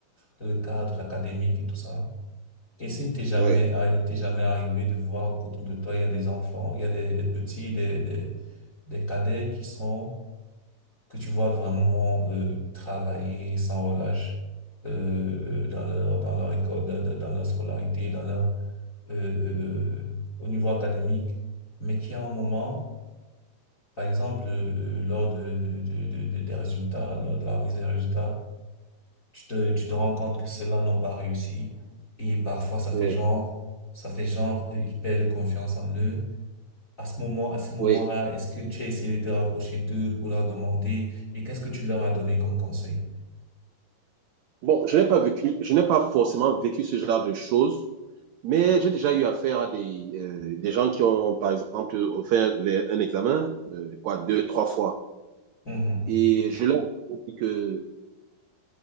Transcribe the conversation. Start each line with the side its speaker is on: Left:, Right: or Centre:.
Left: dans le cadre académique et tout ça. Et s'il ne t'est jamais,
Right: ouais,
Left: arri- il t'est jamais arrivé de voir qu'autour de toi, il y a des enfants, il y a des, des petits, des, des, des cadets qui sont, que tu vois vraiment euh, travailler sans relâche euh, euh, dans leur, dans leur école, dans, dans dans leur scolarité, dans leur, euh, euh, euh, au niveau académique, mais qui à un moment, par exemple, euh, euh, lors de, de, de, de- de- des résultats, lors de la remise des résultats, tu te, tu te rends compte que ceux-là n'ont pas réussi. Et parfois, ça fait
Right: ouais.
Left: genre, ça fait genre, euh, ils perdent confiance en eux. À ce moment, à ce moment-là,
Right: Oui.
Left: est-ce que tu as essayé de te rapprocher d'eux pour leur demander et qu'est-ce que tu leur as donné comme conseil?
Right: Bon, je n'ai pas vécu, je n'ai pas forcément vécu ce genre de choses, mais j'ai déjà eu affaire à des, euh, des gens qui ont, par exemple, refait les- un examen, euh, quoi, deux, trois fois.
Left: Mhm.
Right: Et je leur ai dit que